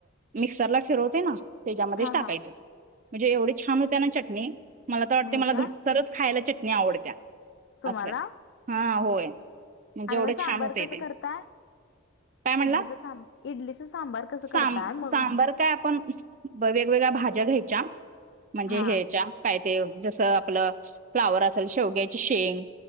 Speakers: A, on the right; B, on the left.
A: मिक्सरला फिरवते ना, त्याच्यामध्येच
B: हा
A: टाकायचं.
B: हा
A: म्हणजे, एवढी छान होत्या ना चटणी, मला तर वाटतय
B: होय
A: मला
B: काय
A: घटसरच खायला चटणी आवडत्या.
B: तुम्हाला
A: असंय, हा होय. म्हणजे
B: आणि
A: एवढं
B: मग सांबार
A: छान होतय
B: कसं
A: ते
B: करताय?
A: काय म्हणला?
B: इडलीच सांब- इडलीच सांबार- कसं
A: सांब-
B: करताय मग
A: सांबर
B: म्हणलं
A: काय आपण- वेगवेगळ्या भाज्या घ्यायच्या, म्हणजे
B: हा
A: हेच्या- काय ते, जसं आपलं फ्लावर असेल, शेवग्याची शेंग,